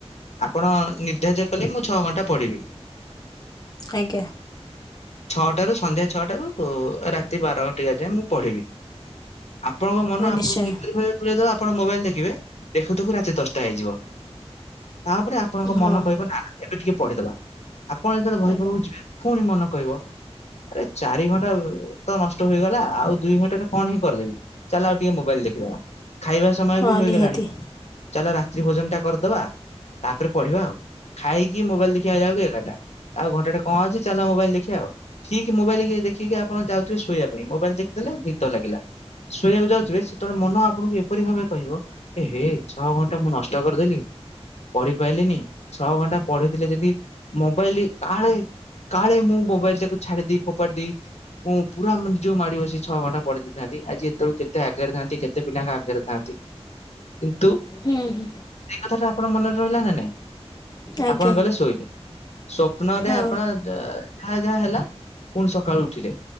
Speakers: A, on the left; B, on the left.
A: ଆପଣ ନିର୍ଦ୍ଧଯ୍ୟ କଲେ ମୁଁ ଛଅ ଘଣ୍ଟା ପଢିବି
B: ଆଜ୍ଞା
A: ଛଅଟାରୁ ସନ୍ଧ୍ୟା ଛଅଟାରୁ ରାତି ବାର ଟିକା ଯାଏ ମୁଁ ପଢିବି ଆପଣଙ୍କ ମନ
B: ହଁ ନିଶ୍ଚୟ
A: ଆପଣଙ୍କୁ କିପରି ଭା ପଦବ ଆପଣ ମୋବାଇଲ ଦେଖିବେ ଦେଖୁଥୁ ରାତି ଦଶଟା ହେଇଯିବ ତାପରେ ଆପଣଙ୍କ ମନ
B: ହଁ
A: କହିବ ନା ନା ଏବେ ଟିକେ ପଢିଦବା ଆପଣ ଯେତେବେଳେ ଭୟପବକୁ
B: ଆଜ୍ଞା
A: ଯିବେ ପୁଣି ମନ କହିବ ଆରେ ଚାରି ଘଣ୍ଟା ତ ନଷ୍ଟ ହେଇଗଲା ଆଉ ଦୁଇ ଘଣ୍ଟା ଟ କଣ ହିଁ କରିଦେବି ଚାଲ ଆଉ ଟିକେ ମୋବାଇଲ ଦେଖିଦେବା ଖାଇବା ସମୟ
B: ହଁ
A: ବି ହେଇଗଲାଣି
B: ନିହାତି
A: ଚାଲ ରାତ୍ରି ଭୋଜନ ଟା କରିଦବା ତାପରେ ପଢିବା ଆଉ ଖାଇକି ମୋବାଇଲ ଦେଖିବା ଯାଉ କି ଏକାଟା ଆଉ ଘଣ୍ଟା ଟେ କଣ ଅଛି ଚାଲ ମୋବାଇଲ ଦେଖି ଆଉଠିକ ମୋବାଇଲ ଦେଖିକି କଣ ଯାଉଥିବେ ଶୋଇବା ପାଇଁ ମୋବାଇଲ ଦେଖିଦେଲେ ନିଦ ଲାଗିଲା ଶୋଇବାକୁ ଯାଉଥିବେ ସେତେବେଳେ ମନ ଆପଣଙ୍କୁ ଏପରି ଭାବେ କହିବ ଏ ହେ ଛଅ ଘଣ୍ଟା ମୁଁ ନଷ୍ଟ କରିଦେଲି ପଢି ପାଇଲିନି ଛଅ ଘଣ୍ଟା ପଢିଥିଲେ ଯଦି ମୋବାଇଲ କାଳେ କାଳେ ମୁଁ ମୋବାଇଲଟାକୁ ଛାଡ଼ିଦେଇ ଫୋପାଡ଼ି ଦେଇ ମୁଁ ପୁରା ଯୋଉ ମାଡି ବସି ଛଅ ଘଣ୍ଟା ପଢ଼ି ଦେଇଥାନ୍ତି ଆଜି ଏତେବେଳକୁ କେତେ ଆଗରେ ଥାନ୍ତି କେତେ ତେ ପିଲାଙ୍କ ଆଗରେ ଥାନ୍ତି କିନ୍ତୁ
B: ହୁଁ ହୁଁ
A: ସେ କଥାଟା ଆପଣଙ୍କ ମନରେ ରହିଲା ନା ନାଇଁ
B: ଆଜ୍ଞା
A: ଆପଣ ଗଲେ ଶୋଇଲେ ସ୍ଵପ୍ନରେ
B: ହଁ
A: ଆପଣ ଯାହା ଯାହା ହେଲା ପୁଣି ସକାଳୁ ଉଠିଲେ